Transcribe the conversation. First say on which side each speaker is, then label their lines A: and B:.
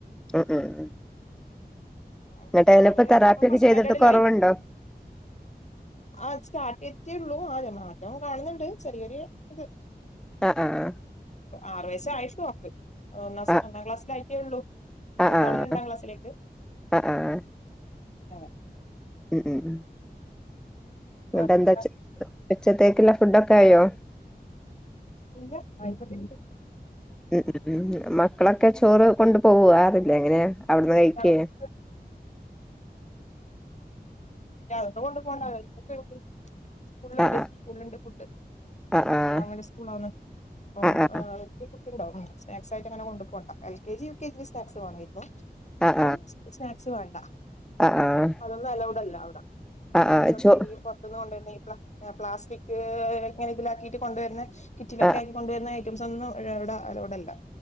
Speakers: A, in the centre; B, on the left (about 45°).
A: ഉം ഉം ഉ
B: അങ്ങനെ
A: ന്ന്ട്ടയ്ലനിപ്പോ
B: ഞങ്ങള്
A: തെറാപ്പി
B: ഇപ്പൊ
A: ഒക്കെ
B: ഫസ്റ്റ്
A: ചെയ്തിട്ട്
B: സ്റ്റാൻഡേർഡിലായി
A: കുറവുണ്ടോ?
B: ആ സ്റ്റാർട്ട് ചെയ്റ്റേള്ളു ആ അതെ മാറ്റം കാണുന്നുണ്ട് ചെറിയ ചെറിയ ഇത്.
A: ആഹ് ആഹ്
B: ആറു വയസ്സായോട്ടുള്ളു അവക്ക് ഒന്നാം
A: ആഹ്
B: ഒന്നാം ക്ലാസ്സിലായിറ്റെ ഉള്ളൂ.
A: ആഹ്
B: മൂത്താള്
A: ആഹ്
B: രണ്ടാം ക്ലാസ്സിലേക്ക്
A: ആഹ് ആഹ്
B: <unintelligible>
A: ഉം ഉംഉം ങ്ങട്ടെന്താ
B: ആ,
A: ചോ ഉച്ചത്തേക്കുള്ള ഫുഡ് ഒക്കെ ആയോ?
B: ഇല്ല ആയികൊണ്ടിരിക്കുന്നു.
A: ഉ ഉ ഉം മക്കളൊക്കെ ചോറ് കൊണ്ട് പോവോ ആര എങ്ങനാ അവിടുന്ന്
B: ഇല്ല,
A: കഴിക്കെ.
B: ഇല്ല, ഞ അതൊന്നും കൊണ്ട് പോവണ്ട അവരിക്കൊക്കെ ഉണ്ട് സ്കൂളുണ്ട്
A: ആഹ്
B: സ്കൂളണ്ട് ഫുഡ്.
A: ആഹ് ആഹ്
B: ഗവൺമെന്റ് സ്കൂളാണ് അപ്പം
A: ആഹ്
B: ഏഹ് അവരിക്ക് ഫുഡ് ഉണ്ടോ ഉം സ്‌നേക്‌സായിട്ട് അങ്ങന കൊണ്ട് പോകേണ്ട L K G U K G snacks വേണം ഇപ്പൊ.
A: ആഹ്
B: ഇപ്പം
A: ആഹ്
B: സ്നാക്സ് വേണ്ട
A: ആഹ് ആഹ്
B: അതൊന്നും അലൗവ്ട് അല്ല അവിടെ.
A: ആഹ്
B: സ്നാക്സ്
A: ആഹ്
B: ഒക്കെ
A: ചോ
B: ഈ പുറത്തുന്ന് കൊണ്ട് തന്നെ ഈ പ്ല പ്ലാസ്റ്റിക്. ഏഹ് ങ്ങന ഇതിലാക്കിയിട്ട് കൊണ്ടുവരുന്ന കിറ്റിലൊക്കെ
A: ആഹ്
B: ആക്കി കൊണ്ടുവരുന്ന ഐറ്റംസ് ഒന്നും അവിടെ അലോവ്ടല്ല.